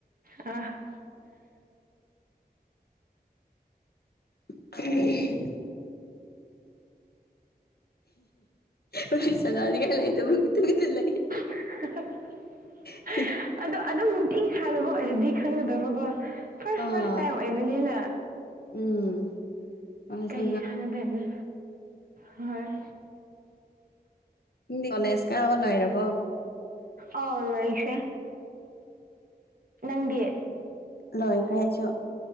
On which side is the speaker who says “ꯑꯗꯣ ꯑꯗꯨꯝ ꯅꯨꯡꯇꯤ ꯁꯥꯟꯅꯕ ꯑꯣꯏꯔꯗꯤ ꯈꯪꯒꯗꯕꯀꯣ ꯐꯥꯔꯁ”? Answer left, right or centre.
Right